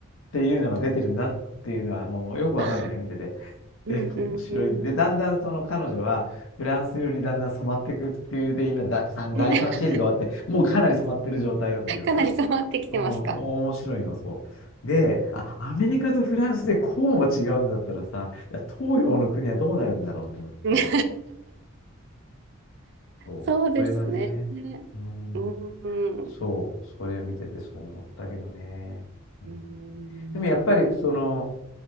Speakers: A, on the left; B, on the right.
A: ていうのが出てるんだっていうのは、もうよくわかるのね、
B: あー
A: 見てて。<laughs>
B: うん、
A: で、面白い。
B: うん、うん。
A: で、
B: うん
A: だんだんその彼女は、フランス料にだんだん染まっていくっていう、で、今だ、第3シーズンが終わって、
B: <laughs>
A: もうかなり染まってる状態なんだけどさ。
B: かなり染まってきてますか。
A: うん、面白いの、そう。で、あ、アメリカとフランスでこうも違うんだったらさ、いや東洋の国はどうなるんだろうと思って、
B: うん。うん <laughs>
A: そう、
B: そうですね。
A: それがね、
B: う
A: うん、
B: ん、うん、
A: そう、それを見ててそう思ったけどね。うん、
B: うん、
A: でもやっぱりその、